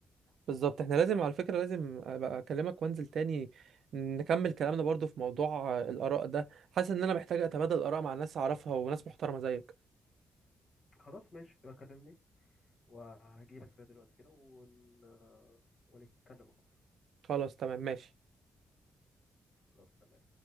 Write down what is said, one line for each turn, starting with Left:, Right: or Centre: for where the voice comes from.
Right: بالظبط احنا لازم على فكره لازم ابقى اكلمك وانزل تاني نكمل كلامنا برضو في موضوع آه، الاراء ده حاسس ان انا محتاج اتبادل اراء مع ناس اعرفها وناس محترمه زيك
Left: خلاص ماشي يبقى كلمني وهجيلك زي دلوقتي كده ون... ونتكلم اكتر
Right: خلاص تمام ماشي
Left: خلاص تمام